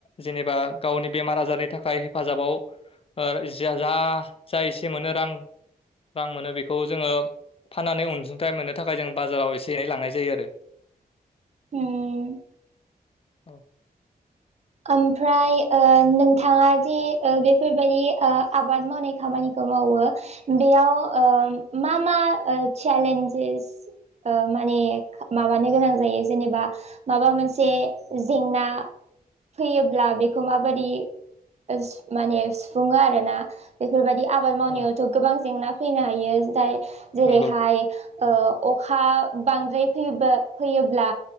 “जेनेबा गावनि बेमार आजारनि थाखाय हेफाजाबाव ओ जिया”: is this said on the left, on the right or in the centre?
Left